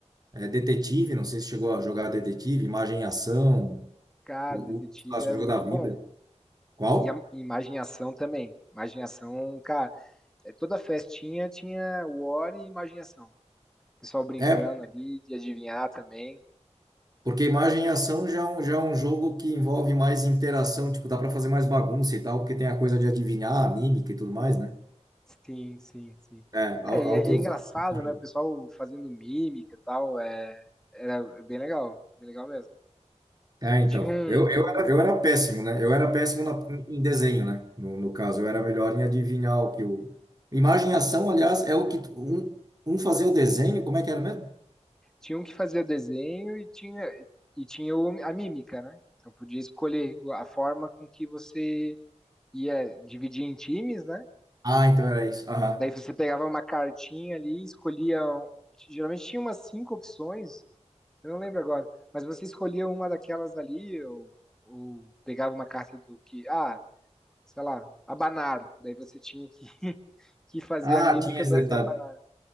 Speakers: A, on the right; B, in the centre.
A: é, Detetive, não sei se chegou a jogar Detetive, Imagem e Ação,
B: Cara,
A: o,
B: Detetive
A: o clássico
B: era
A: jogo
B: muito
A: da vida.
B: bom.
A: Qual?
B: E a e Imagem e Ação também. Imagem e Ação, cara, é, toda festinha tinha War e Imagem e Ação. O pessoal brincando
A: É.
B: ali, de adivinhar também.
A: Porque imagem e ação já é um, já é um jogo que envolve mais interação, tipo, dá pra fazer mais bagunça e tal, porque tem a coisa de adivinhar, a mímica e tudo mais, né?
B: Sim, sim, sim.
A: É, al-
B: É, e
A: altos,
B: é, é engraçado,
A: altos jogos.
B: né? O pessoal fazendo mímica e tal, é, era bem legal, bem legal mesmo.
A: É, então.
B: Tinha um,
A: Eu, eu, era, eu era péssimo, né? Eu era péssimo na- em desenho, né? No, no caso, eu era melhor em adivinhar o que o. Imagem e ação, aliás, é o que. tu- Um, um fazia o desenho, como é que era mesmo?
B: tinha um que fazia desenho e tinha, e tinha o- a mímica, né? Então podia escolher a forma com que você ia dividir em times, né?
A: Ah, então era isso. Aham.
B: Daí você pegava uma cartinha ali, escolhia. um, Geralmente tinha umas cinco opções, eu não lembro agora, mas você escolhia uma daquelas ali, ou, ou pegava uma carta do que. Ah, sei lá, abanar. Daí você tinha que, <laughs> que fazer
A: Ah,
B: a mímica
A: tinha esse
B: do,
A: detalhe.
B: de abanar.